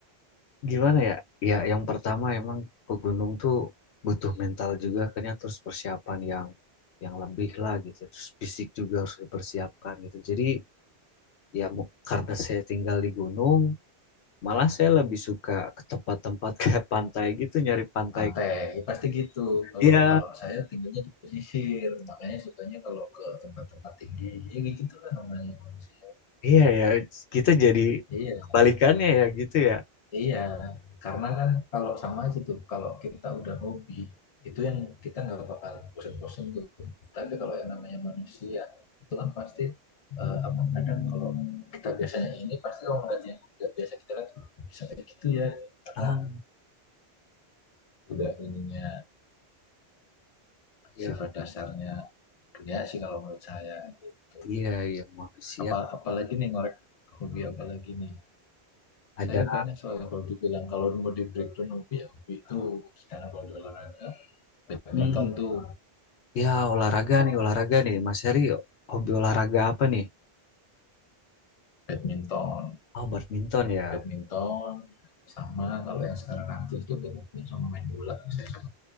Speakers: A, on the left; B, on the left.
A: gimana ya? Ya, yang pertama emang pegunung tuh butuh mental juga kan ya, terus persiapan yang yang lebih lah gitu. Terus fisik juga harus dipersiapkan gitu. Jadi ya mau- karena saya tinggal di gunung, Malah saya lebih suka ke tempat-tempat <laughs> kayak pantai gitu, nyari pantai.
B: Pantai, Ya, pasti gitu. Kalau
A: Iya,
B: kalau saya tinggalnya di pesisir, makanya sukanya kalau ke tempat-tempat tinggi. Ya gitu lah namanya manusia.
A: iya ya, kita jadi
B: Iya,
A: kebalikannya ya gitu ya.
B: iya. Karena kan kalau sama aja tuh, kalau kita udah hobi, itu yang kita nggak bakal bosen-bosen tuh. Tapi kalau yang namanya manusia, itu kan pasti eh, apa kadang kalau kita biasanya ini pasti orang lain yang nggak biasa kita kan bisa kayak gitu ya. Karena
A: Ah,
B: udah ininya
A: ya,
B: sifat dasarnya dunia sih kalau menurut saya. gitu.
A: iya, iya, manusia
B: Apa, apalagi nih ngorek hobi apalagi nih?
A: ada.
B: Saya banyak soalnya kalau dibilang kalau mau di breakdown hobi ya hobi itu. sekarang kalau di olahraga, badminton
A: Hmm,
B: tuh,
A: ya olahraga nih, olahraga nih. Mas Heri, hobi olahraga apa nih?
B: badminton,
A: Oh, badminton ya.
B: badminton sama kalau yang sekarang aktif tuh badminton sama main bola. Saya sama